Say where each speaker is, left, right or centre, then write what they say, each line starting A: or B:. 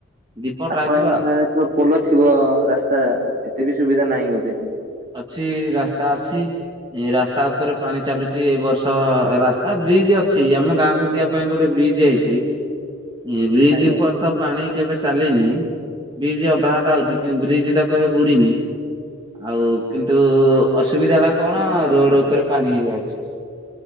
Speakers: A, on the right (about 25°); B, on the right (about 40°).
A: ଦୀପ
B: ଆପଣଙ୍କ
A: ଟାଇପ ର ଆଉ
B: ନା ପୋଲ ଥିବ ରାସ୍ତା ଏତେ ବି ସୁବିଧା ନାହିଁ ବୋଧେ
A: ଅଛି ରାସ୍ତା ଅଛି। ଏ ରାସ୍ତା ଉପରେ ପାଣି ଚାଲୁଛି ଏଇ ବର୍ଷ ରାସ୍ତା ବ୍ରିଜ ଅଛି ଆମ ଗାଁକୁ ଯିବାକୁ ସେଥିପାଇଁ ଗୋଟେ ବ୍ରିଜ୍ ହେଇଛି। ଏ ବ୍ରିଜ
B: ଆଜ୍ଞା
A: ଉପରେ ତ ପାଣି କେବେ ଚାଲିନି, ବ୍ରିଜ୍ ଅଧା ଅଧା ହଉଛି। କିନ୍ତୁ ବ୍ରିଜ୍ ତ କେବେ ବୁଡିନି। ଆଉ କିନ୍ତୁ ନ୍ତୁ-ଉ-ଉ ଅସୁବିଧାଟା କଣ ରୋଡ୍ ଉପରେ ପାଣି ହେଇଯାଉଛି।